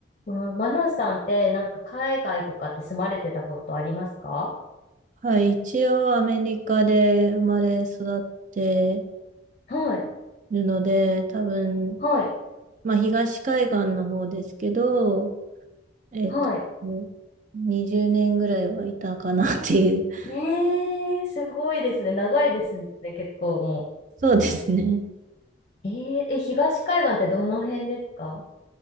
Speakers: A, on the left (about 35°); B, on the right (about 40°).
A: このマナさんってなんか海外とかって住まれてたことありますか
B: はい、一応アメリカで生まれ育って
A: はい、
B: るので、多分、
A: はい、
B: まあ東海岸の方ですけど、えっと、
A: はい。
B: 20年ぐらいはいたかなっていう。<laughs>
A: えーすごいですね。長いですね、結構も
B: そうですね。
A: う。えーえ、東海岸ってどの辺ですか